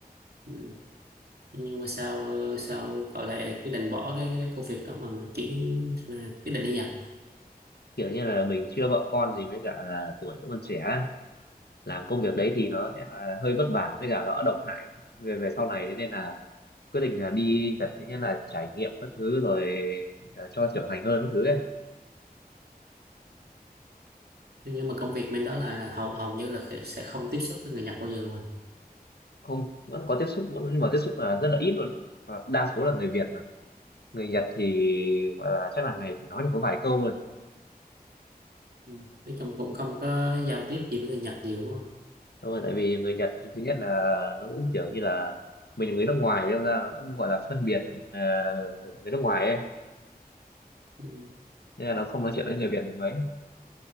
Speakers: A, on the right (about 80°); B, on the left (about 90°).
A: ừ. nhưng mà sao sao cậu lại quyết định bỏ cái, cái công việc đó mà mà chuyển mà quyết định đi Nhật
B: kiểu như là mình chưa vợ con gì với cả là tuổi vẫn còn trẻ ấy. làm công việc đấy thì nó sẽ là hơi vất vả với cả nó độc hại về về sau này thế nên là quyết định là đi Nhật thế nên là trải nghiệm các thứ rồi cả cho trưởng thành hơn các thứ ấy
A: Ừ, nhưng mà công việc bên đó là hầu hầu như là kh- sẽ không tiếp xúc với người Nhật bao giờ luôn à
B: không vẫn có tiếp xúc vẫn- nhưng mà tiếp xúc là rất là ít luôn ấy. và đa số là người Việt mà người Nhật thì gọi là chắc là ngày chỉ nói được có vài câu thôi
A: ừ. nói chung cũng không có giao tiếp gì với người Nhật nhiều á.
B: Đúng rồi, tại vì người Nhật thứ nhất là nó cũng kiểu như là mình là người nước ngoài nên ra nó cũng gọi là phân biệt ờ, người nước ngoài ấy
A: ừ.
B: nên là nó không nói chuyện với người Việt mấy